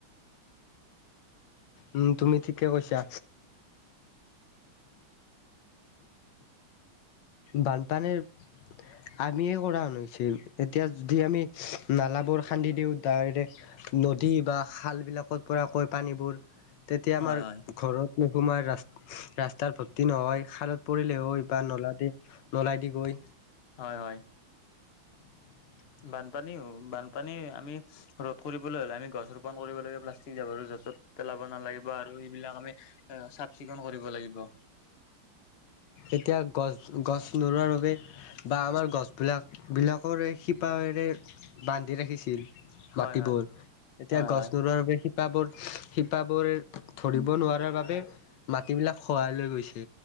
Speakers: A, on the left; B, on the left.
A: উম, তুমি ঠিকে কৈছা। বানপানীৰ আমিয়ে কৰা হৈছে, এতিয়া যদি আমি নালা বোৰ খান্দি দিওঁ, ডাইৰে নদী বা খালবিলাকৰ পৰা কৈ পানীবোৰ তেতিয়া আমাৰ
B: হয় হয়
A: ঘৰত নোসোমাই ৰা-ৰাস্তাৰ ভৰ্তি নহয় খালত পৰিলে হয় বা নলা দি নলাই দি গৈ
B: হয়, হয়।
A: <inaudible>
B: বানপানীও, বানপানী আমি ৰ'দ কৰিবলৈ হ'লে আমি গছ ৰোপন কৰিব লাগিব, প্লাষ্টিক জাবৰো য'ত ত'ত পেলাব নালাগিব আৰু এইবিলাক আমি এ, চাফ চিকুন কৰিব লাগিব।
A: এতিয়া গছ- গছ নোৰোৱাৰ বাবে বা আমাৰ গছবিলাক বিলাকৰে শিপাৰেৰে বান্ধি ৰাখিছিল।
B: হয়
A: মাটিবোৰ
B: হয়
A: এতিয়া
B: হয়
A: গছ
B: হয়
A: নোৰোৱাৰ বাবে শি পাবোৰ শিপাবোৰে ধৰিব নোৱাৰাৰ বাবে মাটিবিলাক খহাই লৈ গৈছে।